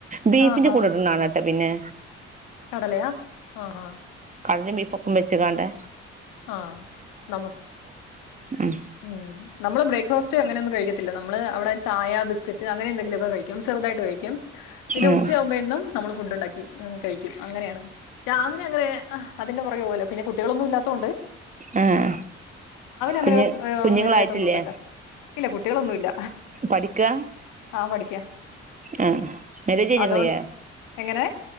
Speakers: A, on the right; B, on the left.
A: ബീഫിന്റെ
B: ആഹാ
A: കൂടെ നണാട്ട പിന്നെ
B: കടലയാ ആഹഹാ
A: കടും ബീഫ് <unintelligible> ചക്കണ്ടേ
B: ആ നമ്മ
A: ഉം
B: ഉ നമ്മള് ബ്രേക്ക്ഫാസ്റ്റ് അങ്ങനെയൊന്നും കഴി നമ്മ അവിടെ ചായ ബസ്ക്കറ്റ് അങ്ങനെ എന്തെിലൊക്കെ കഴിക്കും ചെറുതായിട്ട് കഴിക്കും പിന്നെ
A: ഉം
B: ഉച്ചയാവുമ്പന്നും നമ്മള് ഫുഡ് ഉണ്ടാക്കി കഴിക്കും അങ്ങനെയാണ് രാവിലെങ്ങനെ അതിന്റെ പുറകെ പോവല്ലോ പിന്നെ കു കുട്ടികളൊന്നും ഇല്ലാ ത്തൊണ്ട്
A: ആഹ
B: അങ്ങനെ
A: കുഞ്ഞ് കുഞ്ഞുങ്ങളായിട്ടില്ലേ
B: വലുതായിട്ടൊന്നും ഉണ്ടാക്കാ ഇല്ല കുട്ടികളൊന്നുമില്ല
A: പഠിക്കാ
B: ആ പഠിക്കാ
A: ആ മെരേജ് കൈയിഞ്ഞികന്നിലെ
B: അതുകൊണ്ട് എങ്ങനെ